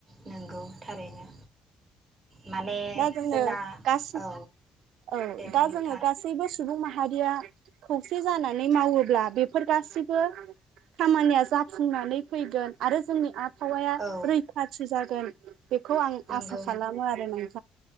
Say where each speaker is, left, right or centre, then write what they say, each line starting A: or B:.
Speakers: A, on the right (about 25°); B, on the right (about 80°).
A: नंगौ थारैनो। माने
B: दा जोङो
A: जोंना
B: गासै
A: औ
B: औ
A: दे बुं
B: दा
A: नोंथां
B: जोङो गासैबो सुबुं माहारिया खौसे जानानै मावोब्ला बेफोर गासिबो खामानिया जाफुंनानै फैगोन। आरो जोंनि आबहावया
A: औ
B: रैखाथि जागोन। बेखौ आं
A: नंगौ
B: आसा खालामो आरो ना।